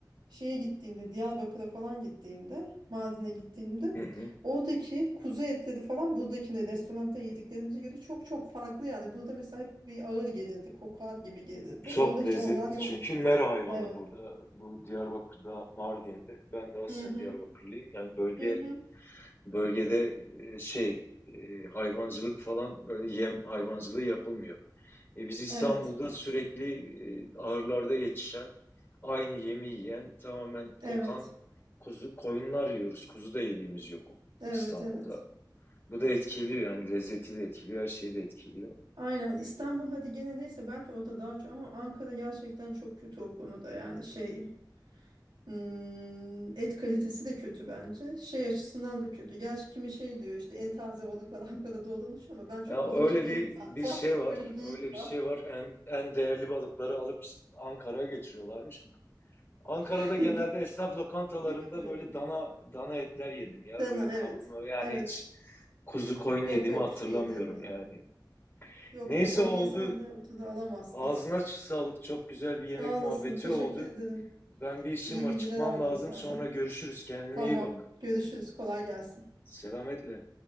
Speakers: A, on the right; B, on the left.
A: şeye gittiğimde, Diyarbakır'a falan gittiğimde, Mardin'e gittiğimde
B: Hı hı.
A: oradaki kuzu etleri falan buradakinde restoranda yediklerimize göre çok çok farklı. Yani burada mesela hep bir ağır gelirdi, kokar gibi gelirdi.
B: Çok
A: Orada hiç
B: lezzetli
A: onlar yok.
B: çünkü mera hayvanı
A: Evet.
B: burada. Bu Diyarbakır'da, Mardin'de. Ben de aslen
A: Hı hı.
B: Diyarbakırlıyım. Yani bölge
A: Hı hı.
B: bölgede e, şey e, hayvancılık falan böyle yem hayvancılığı yapılmıyor. E biz İstanbul'da
A: Evet,
B: sürekli e, ahırlarda yetişen, aynı yemi yiyen, tamamen
A: evet,
B: kokan kuzu koyunlar yiyoruz. Kuzu da yediğimiz yok
A: evet,
B: İstanbul'da.
A: evet.
B: Bu da etkiliyor yani lezzeti de etkiliyor, her şeyi de etkiliyor.
A: Aynen İstanbul hadi gene neyse belki orada daha çok ama Ankara gerçekten çok kötü o konuda yani şey hmm, et kalitesi de kötü bence. Şey açısından da kötü. Gerçi kimi şey diyor işte en taze balıklar <laughs> Ankara'da olunmuş ama ben çok
B: Ya
A: balıkçı
B: öyle
A: değilim
B: bir bir
A: zaten.
B: şey
A: <laughs>
B: var.
A: Böyle bir geyik
B: Öyle bir
A: var.
B: şey var. En en değerli balıkları alıp Ankara'ya götürüyorlarmış. Ankara'da
A: <laughs>
B: genelde esnaf lokantalarında
A: Gelmedi.
B: böyle dana dana etler yedim ya.
A: Dana
B: Öyle kavurma
A: evet.
B: yani
A: Evet.
B: hiç kuzu koyun
A: Yok
B: yediğimi
A: yok
B: hatırlamıyorum
A: şey değil yani.
B: yani.
A: Yok
B: Neyse
A: yok o
B: oldu.
A: diye sen de ortada alamazsın.
B: Ağzına ç- sağlık. Çok güzel
A: <laughs>
B: bir yemek
A: Sağ
B: muhabbeti
A: olasın. Teşekkür
B: oldu.
A: ederim.
B: Ben bir işim
A: İyi
B: var,
A: bilgiler
B: çıkmam
A: aldım
B: lazım.
A: senden.
B: Sonra görüşürüz. Kendine
A: Tamam.
B: iyi bak.
A: Görüşürüz. Kolay gelsin.
B: Selametle.